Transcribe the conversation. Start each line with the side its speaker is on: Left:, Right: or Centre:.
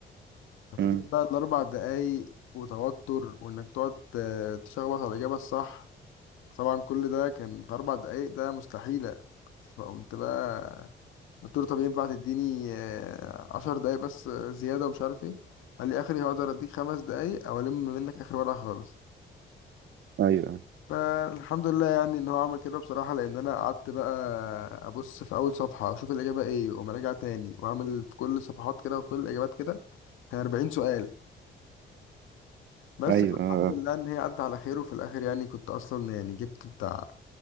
Left: ففكرة
Right: مم.
Left: بقى الأربع دقايق وتوتر وإنك تقعد ت- تشخبط على الإجابة الصح طبعا كل ده كان في أربع دقايق ده مستحيلة فقمت بقى قلت له طب ينفع تديني آه، عشر دقايق بس آه، زيادة ومش عارف ايه قال لي آخري هقدر أديك خمس دقايق أو ألم منك آخر ورقة خالص
Right: ايوه
Left: فالحمد لله يعني إن هو عمل كده بصراحة لأن أنا قعدت بقى أبص في أول صفحة أشوف الإجابة إيه وأقوم راجع تاني وأعمل في كل الصفحات كده وفي كل الإجابات كده كان 40 سؤال بس
Right: ايوه
Left: الحمد لله إن هي عدت على خير وفي الآخر يعني كنت أصلا يعني جبت بتاع